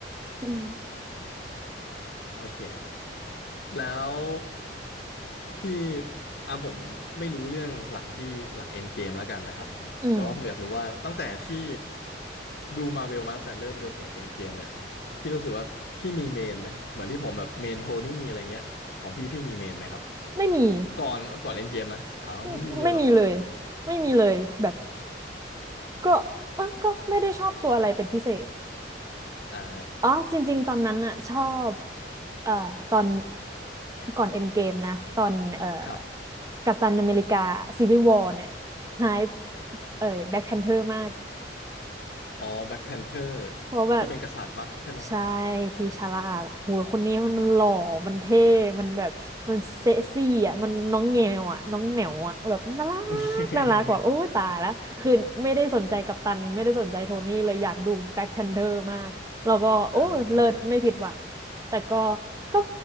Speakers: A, on the right; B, on the left.
A: อืม
B: โอเค แล้วพี่อ่ะผมไม่รู้เรื่องหลังที่หลังเอ็นเกมแล้วกันนะครับแต่ว่าผมอยากรู้ว่าตั้งแต่ที่
A: อืม
B: ดูมาเวลมาตั้งแต่เริ่มจนถึงเอ็นเกมเนี่ยพี่รู้สึกว่าพี่มีเมนไหมเหมือนที่ผมแบบเมนโทนี่อะไรเงี้ยของพี่พี่มีเมนไหมครับ
A: ไม่มี
B: ก่อนก่อนเอ็นเกมนะอ้าวไม่มีเลยเหรอ
A: ไม่ไม่มีเลยไม่มีเลยแบบก็อ่ะก็ไม่ได้ชอบตัวอะไรเป็นพิเศษ
B: อ่า
A: อ๋อจริงๆตอนนั้นอะชอบเอ่อตอนก่อนเอ็นเกมนะตอนเอ่อ
B: ครับ
A: กัปตันอเมริกาซีวิ l วอร์เนี่ยหายเอ่ยแบ็คแพนเทอร์มาก
B: อ๋อแบ็คแพนเทอร์
A: เพราะแบบ
B: ที่เป็นกษัตริย์ปะใช่ไหม
A: ใช่ทีชาลาดโหยคนนี้มันหล่อมันเท่มันแบบมันเซ็กซี่อ่ะมันน้องแงวอ่ะน้องแหมวอ่ะแบบน่ารัก
B: อ่า <laughs>
A: น่ารักแบบโอ้ยตายละคือไม่ได้สนใจกัปตันไม่ได้สนใจโทนี่เลยอยากดูแบ็คแพนเ h อร์มากแล้วก็โอ้ยเลิศไม่ผิดหวัง
B: อ่า
A: แต่ก็ก็